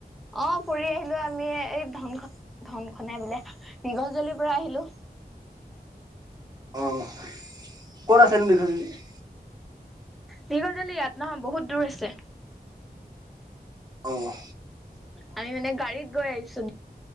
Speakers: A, in the centre; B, on the right (about 25°).
A: অ ফুৰি আহিলো। আমি এই ধন ধন খাই বোলে <unintelligible> পৰা আহিলো
B: অ', ক'ত আছে ন <unintelligible>
A: <unintelligible> ইয়াত নহয় বহুত দূৰ আছে
B: অঁ।
A: আমি মানে গাড়ীত গৈ আহিছো